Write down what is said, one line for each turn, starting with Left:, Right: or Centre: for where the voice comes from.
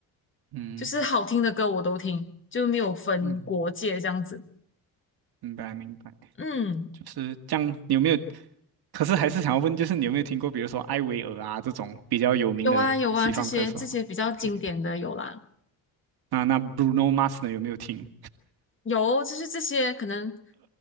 Right: 嗯。
Left: 就是好听的歌我都听，就没有分国界这样子。
Right: 嗯明白明白，
Left: 嗯，
Right: 就是这样。你有没有？可是还是想要问，就是你有没有听过，比如说艾薇儿啊这种比较有名的西方歌手
Left: 有啊有啊，这些这些比较经典的有啦。
Right: ？OK，那那 Bruno Mars 呢有没有听？
Left: 有，就是这些可能